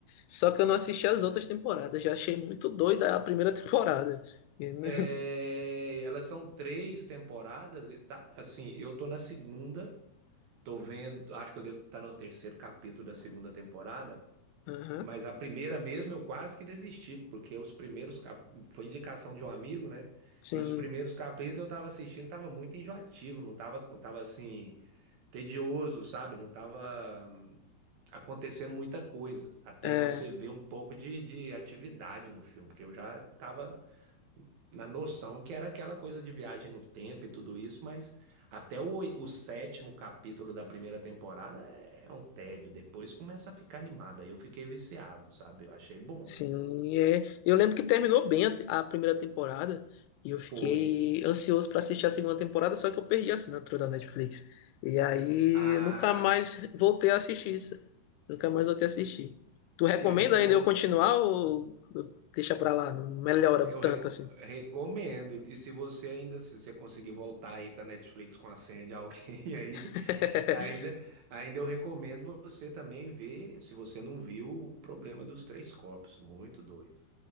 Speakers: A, on the left; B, on the right.
A: Só que eu não assisti as outras temporadas, já achei muito doida a primeira <laughs> temporada. E não-
B: É, elas são três temporadas e tá. Assim, eu tô na segunda, tô vendo, acho que eu devo estar no terceiro capítulo da segunda temporada,
A: <laughs> Aham.
B: mas a primeira mesmo eu quase que desisti, porque os primeiros cap... foi indicação de um amigo, né?
A: Sim,
B: E os primeiros capítulos eu tava assistindo, tava muito enjoativo, não tava, tava assim, tedioso, sabe? Não tava hum, acontecendo muita coisa. Até
A: é,
B: você ver um pouco de, de atividade no filme, porque eu já tava na noção que era aquela coisa de viagem no tempo e tudo isso, mas até o, o sétimo capítulo da primeira temporada é um tédio. Depois começa a ficar animada. Aí eu fiquei viciado, sabe? Eu achei bom.
A: sim, é. Eu lembro que terminou bem a, te- a primeira temporada e eu fiquei
B: Foi.
A: ansioso pra assistir a segunda temporada, só que eu perdi a assinatura da Netflix. E aí
B: Ah,
A: eu nunca mais voltei a assistir isso. Nunca mais voltei a assistir. Tu recomenda
B: e aí não pegou.
A: ainda eu continuar ou ou deixa pra lá? Não melhora
B: Eu
A: tanto
B: reco-
A: assim.
B: recomendo. E se você ainda, se você conseguir voltar aí com a Netflix com a senha de alguém <laughs> aí,
A: <laughs>
B: ainda, ainda eu recomendo você também ver, se você não viu, o problema dos três corpos. Muito doido.